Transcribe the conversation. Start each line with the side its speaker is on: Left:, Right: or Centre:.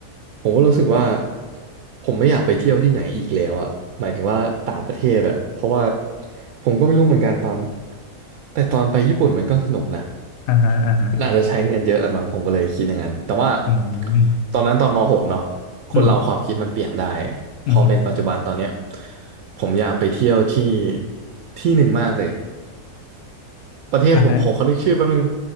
Right: ผมก็รู้สึกว่าผมไม่อยากไปเที่ยวที่ไหนอีกแล้วอ่ะหมายถึงว่าต่างประเทศอ่ะเพราะว่าผมก็ไม่รู้เหมือนกันตอนแต่ตอนไปญี่ปุ่นมันก็สนุกนะ
Left: อ่าฮะอ่าฮะ
Right: มันอาจจะใช้เงินเยอะละมั้งผมก็เลยคิดอย่างนั้นแต่ว่า
Left: อืม
Right: ตอนนั้นตอนม .6 เนาะคนเราความคิดมันเปลี่ยนได้
Left: อืมอือฮึ
Right: พอเป็นปัจจุบันตอนเนี้ยผมอยากไปเที่ยวที่ที่หนึ่งมากเลย ประเทศผมผมขอนึกชื่อแป๊บนึง
Left: อ่าฮะ